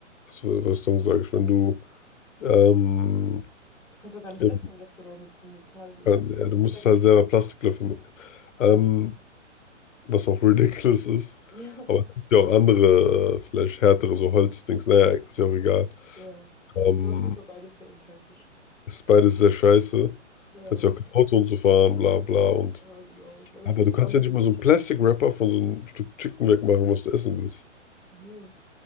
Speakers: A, on the left; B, in the centre.
A: also Restaurant sage ich, wenn du, ähm,
B: Du kannst auch gar nicht
A: eben,
B: essen im Restaurant mit diesem Metall, mit
A: äh,
B: diesem
A: ja, du
B: Besteck.
A: musst halt selber Plastiklöffel mitnehmen, ähm,
B: Ja.
A: was auch ridiculous ist,
B: <laughs> Ja.
A: aber es gibt ja auch andere, äh, vielleicht härtere, so Holzdings, naja, ist ja auch egal,
B: Ja.
A: ähm,
B: Wäre auf jeden Fall beides sehr unpraktisch.
A: ist beides sehr scheiße,
B: Ja.
A: kannst ja auch kein Auto und so fahren, bla bla und,
B: Ja, genau. Ist einfach
A: aber
B: blöd.
A: du kannst ja nicht mal so einen Plastic-Wrapper von so einem Stück Chicken wegmachen, was du essen willst,
B: Nee,